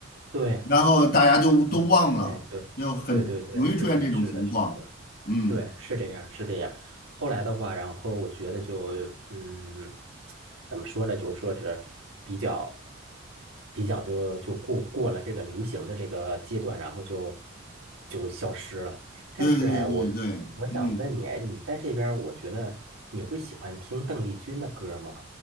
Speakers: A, on the right (about 85°); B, on the left (about 45°).
A: 对，
B: 然后大家就都忘了，
A: 哦，对对对对对，
B: 就很容易出现这种情况。
A: 是的，是的，是的。
B: 嗯。
A: 对，是这样，是这样。后来的话，然后我觉得就，嗯，怎么说呢？就是说是比较，比较就就过过了这个流行的这个阶段，然后就就消失了。但是哎，
B: 对对对对，
A: 我我想问你，
B: 嗯，
A: 哎你在这边儿我觉得你会喜欢听邓丽君的歌吗？